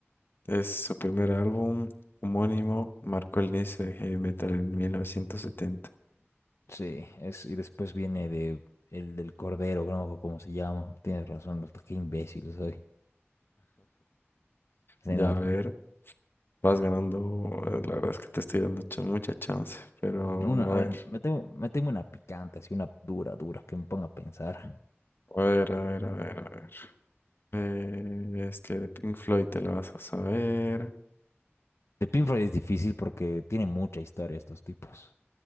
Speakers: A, on the left; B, on the left.
A: Es su primer álbum homónimo, marcó el inicio de heavy metal en 1970.
B: Sí, es, y después viene de el del Cordero, creo, como se llama. Tienes razón, doctor, qué imbécil soy. Sí,
A: Ya
B: no,
A: a ver, vas ganando, eh, la verdad es que te estoy dando ch- mucha chance, pero
B: una, a
A: a
B: ver,
A: ver,
B: meteme, meteme una picante, así una dura, dura, que me ponga a pensar.
A: a ver, a ver, a ver, a ver. Eh, es que de Pink Floyd te la vas a saber.
B: De Pink Floyd es difícil porque tiene mucha historia estos tipos.